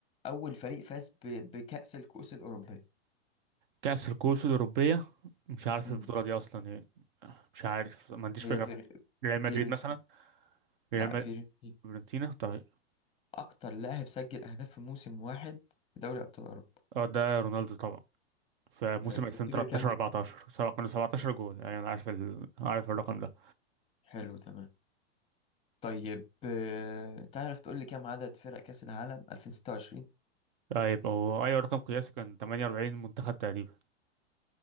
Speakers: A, on the left (about 15°); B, on the right (about 50°).
A: اول فريق فاز ب... بكاس الكؤوس الاوروبيه
B: كاس الكؤوس الاوروبيه مش عارف
A: مم.
B: البطوله دي اصلا ايه مش عارف ما عنديش
A: هي
B: فكره
A: فير...
B: ريال
A: فيرنتين
B: مدريد مثلا ريال
A: لا فيرنتين
B: فيورنتينا طيب
A: أكتر لاعب سجل أهداف في موسم واحد في دوري أبطال أوروبا
B: اه ده رونالدو طبعا في موسم
A: حلو تفتكر
B: 2013
A: كام
B: 14 سبق كانوا 17 جول ايوه انا عارف ال... عارف الرقم ده
A: حلو تمام طيب آه، تعرف تقول لي كام عدد فرق كأس العالم 2026
B: طيب هو ايوه رقم قياسي كان 48 منتخب تقريبا